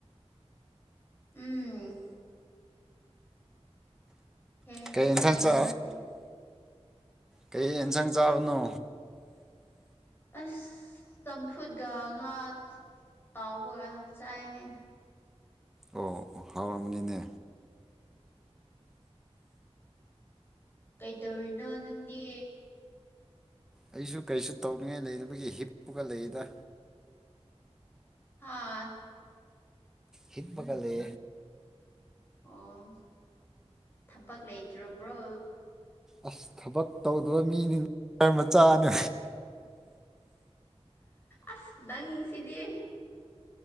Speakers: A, on the left; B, in the centre.
A: ꯎꯝ ꯍꯦꯡꯉ
B: ꯀꯩ ꯌꯦꯟꯁꯥꯡ
A: ꯆꯥꯎꯥꯅꯦ
B: ꯆꯥ
A: ꯑꯩꯗꯤ
B: ꯀꯩ ꯑꯦꯟꯁꯥꯡ ꯆꯥꯕꯅꯣ
A: ꯑꯁ ꯆꯝꯐꯨꯠꯒ ꯉꯥ ꯇꯥꯎꯕꯒ ꯆꯥꯏꯅꯦ
B: ꯑꯣ ꯍꯥꯎꯔꯝꯃꯅꯤꯅꯦ
A: ꯀꯩꯗꯧꯔꯤꯅꯣ ꯅꯪꯗꯤ
B: ꯑꯩꯁꯨ ꯀꯔꯤꯁꯨ ꯇꯧꯅꯤꯡꯉꯥꯏ ꯂꯩꯒꯤ ꯍꯤꯞꯄꯨꯒ ꯂꯩꯔꯤꯗ
A: ꯍꯥꯥ
B: ꯍꯤꯠꯕꯒꯂꯦ
A: ꯑꯣ ꯊꯕꯛ ꯂꯩꯇ꯭ꯔꯕ꯭ꯔꯣ
B: ꯑꯁ ꯊꯕꯛ ꯇꯧꯗꯕ ꯃꯤꯅꯤ ꯃꯆꯥꯅꯦ
A: ꯑꯁ ꯅꯪ ꯁꯤꯗꯤ